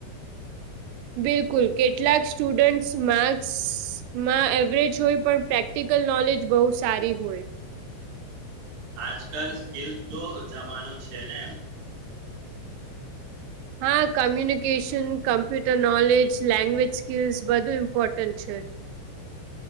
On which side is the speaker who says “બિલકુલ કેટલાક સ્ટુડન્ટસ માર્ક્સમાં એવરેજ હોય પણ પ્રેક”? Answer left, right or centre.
Right